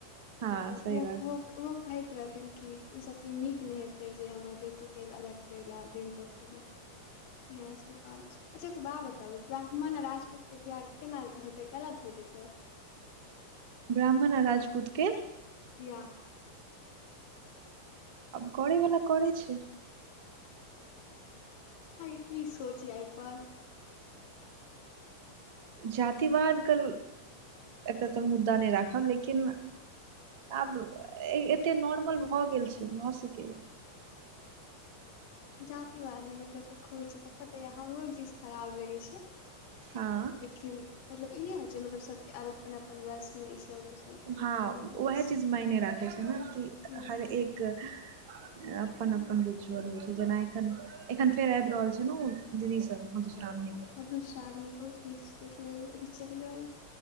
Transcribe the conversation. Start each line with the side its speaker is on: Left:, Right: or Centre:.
Right: हँ
Left: मतलब
Right: सही बात
Left: ओ आ कहैत रहथिन कि ओसभके नीक नहि हेतै जे हमर बेटीके अलग करै लऽ दिन देखय लए इएह सभ बात छै। अच्छा बा बताउ ब्राह्मण आ राजपूत के बियाह केना होते गलत हो जेते
Right: ब्राह्मण अ राजपूत के
Left: विवाह
Right: आब करे वला करै छै
Left: अहाँकेँ की सोचिय एहिप
Right: जातिवाद के एतय तऽ मुदा नहि राखब लेकिन आब एते नॉर्मल भऽ गेल छै भऽ सकै
Left: जातिवाद ने मतलब खो तऽ हमरो ई चीज खराब लगै छै
Right: हँ
Left: लेकिन मतलब ई नहि होइ छै मतलब सबके अपन अपन रस्म ई सब सब दिक्कत
Right: हँ
Left: भऽ जाइ
Right: उएह
Left: छै
Right: चीज मायने राखै छै ने कि
Left: हूं
Right: हर एक अपन अपन रिचुअल होइ छै जेना एखन एखन फेर आब रहल छै ने दीदी सब मधुश्राम नेम
Left: मधुश्रावनी बहुत रील्स देखल चल रहल